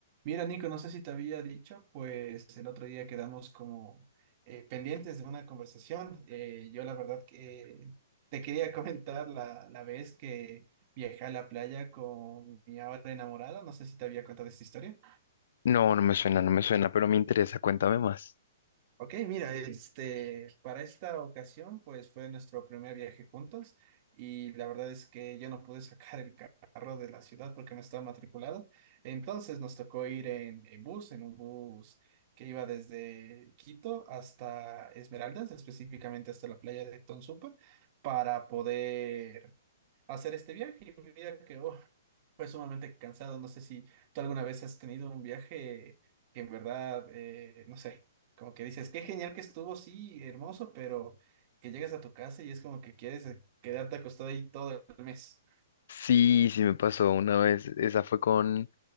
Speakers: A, on the right; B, on the left.
A: Mira, Nico, no sé si te había dicho, pues el otro día quedamos como eh, pendientes de una conversación. Eh, yo la verdad que te quería <laughs> comentar la, la vez que viajé a la playa con mi ahora enamorada. No sé si te había contado esta historia.
B: No, no me suena, no me suena, pero me interesa, cuéntame más.
A: Ok, mira, este, para esta ocasión, pues fue nuestro primer viaje juntos y la verdad es que yo no pude sacar el carro de la ciudad porque no estaba matriculado. Entonces nos tocó ir en, en bus, en un bus que iba desde Quito hasta Esmeraldas, específicamente hasta la playa de Tonsupa, para poder hacer este viaje. Y mira que oh, fue sumamente cansado. No sé si tú alguna vez has tenido un viaje que en verdad, eh, no sé, como que dices, qué genial que estuvo, sí, hermoso, pero que llegas a tu casa y es como que quieres eh, quedarte acostado ahí todo el mes.
B: Sí, sí me pasó una vez, esa fue con